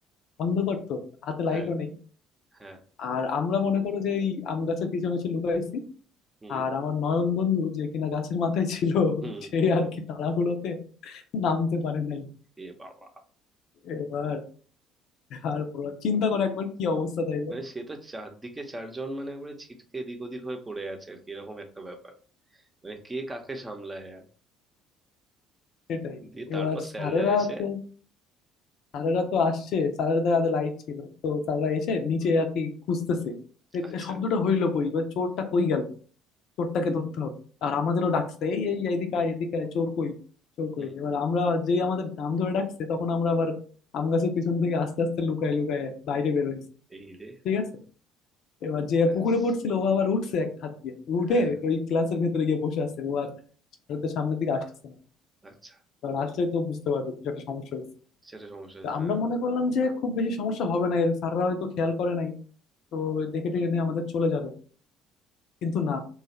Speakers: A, on the left; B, on the right.
A: অন্ধকার তো হাতে লাইটও
B: হ্যাঁ
A: নেই
B: হ্যাঁ
A: আর আমরা মনে করো যে এই আম গাছের পিছনে এসে লুকাইছি
B: হুম
A: আর আমার নয়ন বন্ধু যে কিনা গাছের মাথায় ছিল
B: হুম
A: সে
B: হুম,
A: আর কি তাড়াহুড়োতে নামতে পারে নাই
B: এ বাবা
A: এবার আর বলো, চিন্তা করো একবার কি অবস্থা তাইলে
B: মানে সে তো চারদিকে চারজন মানে একবারে ছিটকে এদিক ওদিক হয়ে পড়ে আছে আর কি এরকম একটা ব্যাপার মানে কে কাকে সামলায় আর
A: সেটাই
B: দিয়ে তারপর
A: এবার
B: স্যাররা
A: স্যারেরা
B: এসে
A: তো স্যারেরা তো আসছে স্যারেদের হাতে লাইট ছিল তো স্যাররা এসে নিচে
B: হুম
A: আর কি খুঁজতেছে যে
B: আচ্ছা
A: এ শব্দটা হইলো কই বা চোরটা কই গেল চোরটাকে ধরতে হবে আর আমাদেরও ডাকছে এই এই এইদিকে
B: হুম
A: আয় এদিকে আয় চোর কই চোর
B: হুম
A: কই এবার আমরা যেই আমাদের নাম ধরে ডাকছে তখন আমরা আবার আম গাছের পিছন থেকে আস্তে আস্তে লুকায় লুকায় বাইরে বেরোইছি
B: এই রে
A: ঠিক আছে এবার যে
B: ব্যাস
A: পুকুরে পড়ছিল ও আবার উঠছে এক হাত দিয়ে উঠে
B: হ্যাঁ
A: ওই ক্লাসের ভেতরে গিয়ে বসে আছে ও আর স্যারদের সামনের দিকে আসতেছে না
B: আচ্ছা
A: কারণ আসলে তো বুঝতে পারবে কিছু একটা সমস্যা
B: সেটা সমস্যা হয়েছে
A: তো আমরা
B: হ্যাঁ
A: মনে করলাম যে খুব বেশি সমস্যা হবে না এর স্যাররা হয়তো খেয়াল করে নাই তো দেখে টেকে নিয়ে আমাদের চলে যাবে কিন্তু না